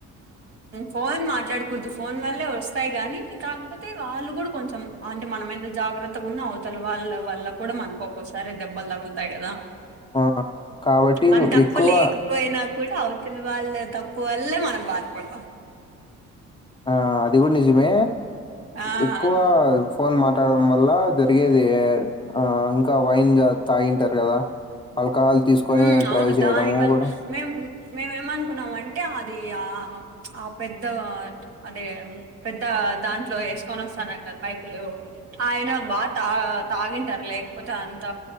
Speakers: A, on the right; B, on the left.
A: ఫోన్ మాట్లాడకూడదు ఫోన్ వల్లే వస్తాయి గానీ కాకపోతే వాళ్ళు కూడా కొంచెం అంటే మనం ఎంత జాగ్రత్తగా ఉన్నా అవతల వాళ్ళ వల్ల కూడా మనకు ఒక్కోసారి దెబ్బలు తగులుతాయి కదా
B: ఆ కాబట్టి
A: మన తప్పు
B: ఎక్కువ
A: లేకపోయినా కూడా అవతల వాళ్ళ తప్పు వల్లే మనం బాధపడతాం
B: ఆ అది కూడా నిజమే
A: ఆ
B: ఎక్కువ ఫోన్ మాట్లాడడం వల్ల జరిగేది ఆ ఇంకా వైన్ తాగింటారు కదా ఆల్కహాల్ తీసుకొని
A: ఉ
B: డ్రైవ్
A: అవును
B: చేయడము
A: దానివల్ల
B: కూడా
A: మేం మేమేమనుకున్నాం అంటే అ అది ఆ ఆ పెద్ద అదే పెద్ద దాంట్లో వేసుకొని వస్తాన పైపులు ఆయన బాగా తా తాగింటారు లేకపోతే అంత